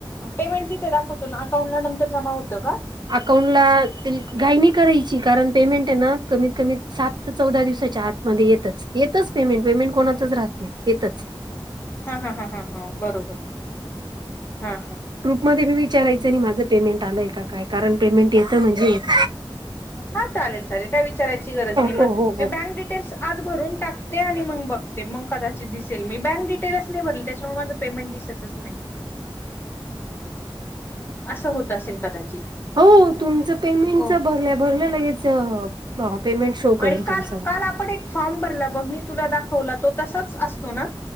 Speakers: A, on the left; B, on the right.
A: पेमेंट तिथे दाखवतो ना अकाउंट ला नंतर जमा होतं का
B: अकाउंटला गायनी करायची कारण पेमेंट आहे ना कमीत कमी सात ते चौदा दिवसाच्या आात मध्ये येतच येतच पेमेंट पेमेंट कोणाच राहत नाही येतच
A: हा हा हा हा हा बरोबर हा हा
B: ग्रुप मध्ये मी विचारायचं नाही माझं पेमेंट आलंय काय कारण पेमेंट याचं म्हणजेच
A: हा चालेल चालेल काय विचारयची गरज नाही मग
B: हो हो हो
A: मी बँक डिटेल्स आज भरून टाकते आणि मग बघते मग कदाचित दिसेल मी बँक ते नसले भरेल त्याच्यामुळे माझं पेमेंट दिसतच नाही असं होत असेल कदाचित
B: हो तुमचं पेमेंटच
A: हो
B: भरल्या भरल्या लगेयचं बा पेमेंट शो करेन
A: आणि काल
B: तुमचं मला
A: काल आपण एक फॉर्म भरला बघ मी तुला दाखवला तो तसाच असतो ना